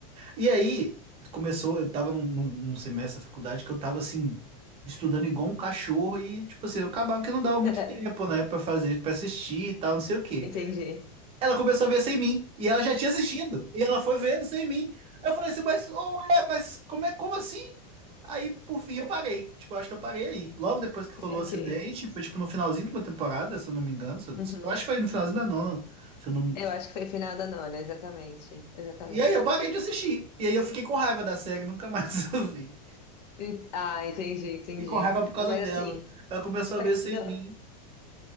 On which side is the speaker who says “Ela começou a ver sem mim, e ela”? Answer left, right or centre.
Right